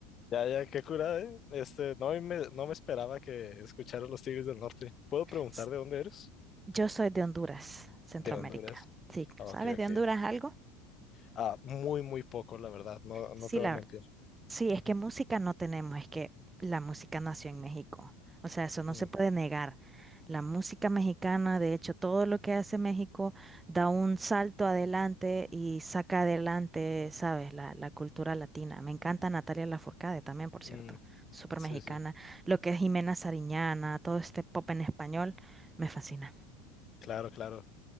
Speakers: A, on the left; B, on the right.
A: Ya, ya, qué curada, ¿eh? Este, no me, no me esperaba que escucharas Los Tigres del Norte. ¿Puedo
B: <laughs>
A: preguntar de dónde eres?
B: Yo soy de Honduras, Centroamérica.
A: De Honduras.
B: Sí,
A: Ah,
B: ¿sabes
A: Ok, ok.
B: de Honduras algo?
A: Ah, muy, muy poco, la verdad. No, no
B: Sí,
A: te voy
B: la
A: a mentir.
B: verdad. Sí,
A: Ujú.
B: es que música no tenemos, es que la música nació en México. O sea, eso no
A: Mm,
B: se puede negar. La música mexicana, de hecho, todo lo que hace México da un salto adelante y saca adelante, ¿sabes? La, la cultura latina. Me encanta Natalia Lafourcade también, por
A: mm,
B: cierto, súper
A: sí,
B: mexicana.
A: sí.
B: Lo que es Jimena Sariñana, todo este pop en español, me fascina.
A: Claro, claro.